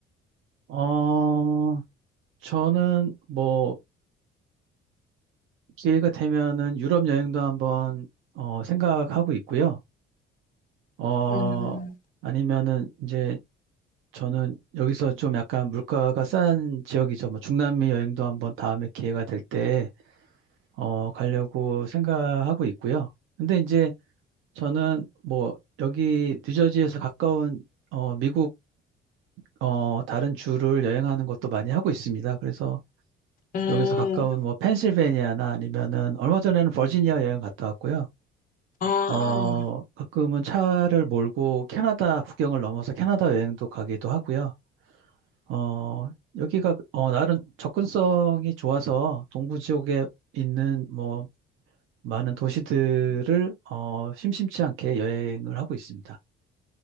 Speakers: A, on the right; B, on the left.
A: 어, 저는 뭐 기회가 되면은 유럽 여행도 한번 어, 생각하고 있고요. 어,
B: 음,
A: 아니면은 이제 저는 여기서 좀 약간 물가가 싼 지역이죠. 뭐 중남미 여행도 한번 다음에 기회가 될때 어, 가려고 생각하고 있고요. 근데 이제 저는 뭐 여기 뉴저지에서 가까운 어, 미국 어, 다른 주를 여행하는 것도 많이 하고 있습니다. 그래서
B: 음,
A: 여기서 가까운 뭐 펜실베니아나 아니면은 얼마 전에는 버지니아 여행 갔다 왔고요.
B: 아,
A: 어, 가끔은 차를 몰고 캐나다 국경을 넘어서 캐나다 여행도 가기도 하고요. 어, 여기가 어, 나름 접근성이 좋아서 동부 지역에 있는 뭐 많은 도시들을 어, 심심치 않게 여행을 하고 있습니다.